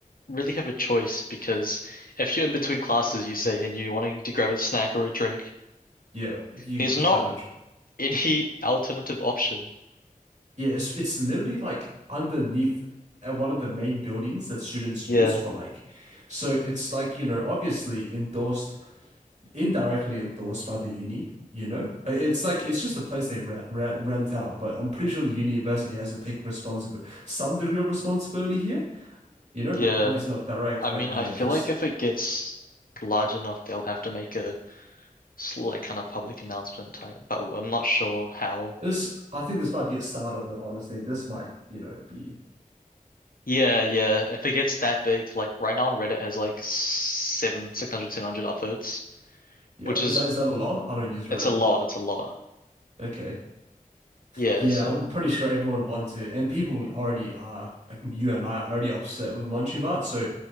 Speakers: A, on the left; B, on the right.
A: really have a choice because if you're in between classes, you say, and you're wanting to grab a snack or a drink,
B: Yeah, you
A: there's not
B: gotta.
A: any alternative option.
B: Yeah, it's it's literally like underneath at one of the main buildings that students
A: Yeah,
B: use for like, so it's like, you know, obviously endorsed indirectly endorsed by the uni, you know? Uh, It's like it's just a place they rent, rent, rent out, but I'm pretty sure the university has to take responsibility, some degree of responsibility here, you know,
A: yeah.
B: but obviously not direct,
A: I
B: but
A: mean,
B: you
A: I
B: know,
A: feel
B: just
A: like if it gets large enough, they'll have to make a s- like kind of public announcement type, but I'm not sure how.
B: this I think this might be a start of it, honestly. This might, you know, be
A: Yeah, yeah. If it gets that big, like right now on Reddit has like seven, 600, 700 upvotes,
B: yeah.
A: which is
B: Is that is that a lot? I don't use Reddit.
A: it's a lot, it's a lot.
B: Okay.
A: Yeah,
B: Yeah,
A: so.
B: I'm pretty sure everyone wants to, and people already are, like you and I are already upset with Munchie Mart, so